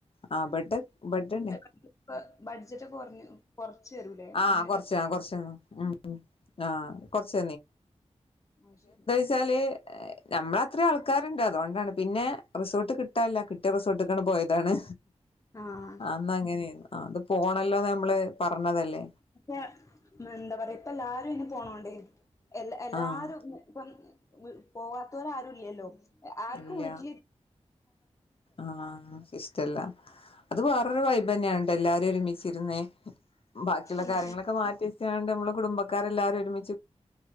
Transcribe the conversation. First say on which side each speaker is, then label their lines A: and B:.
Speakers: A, on the left; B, on the left.
A: ആഹ് ബെഡ് ബെഡ്ണ്ടെ.
B: പ്പ ബഡ്ജറ്റൊക്കെ കൊർഞ്ഞീന്നു. കൊർചെരൂലേ
A: ആഹ്
B: അങ്ങനെല്ല.
A: കൊറച്ച് ആ കൊറച്ചന്നു ആഹ്
B: <unintelligible>
A: കൊറച്ച്
B: അയ് ശരി.
A: ച്ചാല് ഞ്ഞമ്മളത്രി ആൾക്കാര്ണ്ട് അതുകൊണ്ടാണ് പിന്നെ റിസോർട്ട് കിട്ടാല്ല ക് ട്ട്യ റിസ്സോട്ട്ക്കാണ് പോയതാണ്.
B: ആഹ്.
A: ന്നങ്ങനെയ ആഹ് അത് പോണല്ലോന്ന് ഞ്ഞമ്മള് പർഞ്ഞതല്ലേ.
B: റ്റ മെന്ത പറയാ പ്പല്ലാരു അയ്ന് പോണോണ്ടെ. എല്ല എല്ലാരും
A: ആഹ്
B: മു പ്പം വ് പോവാത്തോരാരുല്ല്യല്ലോ. എ ആര്ക്കു
A: ഇല്ല
B: വീട്ടിലി
A: ആഹ് ഇഷ്ടല്ല അത് വേറൊരു വൈബെന്നാണ് ട്ടൊ എല്ലാരു ഒരുമിച്ചിര്ന്ന്. ബാക്കിള്ള
B: ഉം
A: കാര്യങ്ങളൊക്കെ
B: ഉം
A: മാറ്റിവെച്ചാണ്ട് നമ്മള് കുടുംബക്കാരെല്ലാരും ഒരുമി